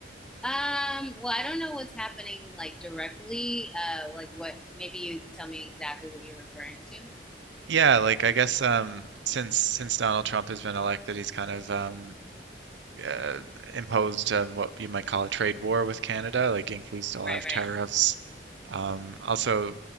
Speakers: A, in the centre; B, on the right.
A: Um, well, I don't know what's happening like directly. Uh, like what? Maybe you can tell me exactly what you're referring to.
B: Yeah, like I guess um since since Donald Trump has been elected, he's kind of um uh, imposed um, what you might call a trade war with Canada, like increased a lot
A: Right,
B: of
A: right.
B: tariffs. Um, also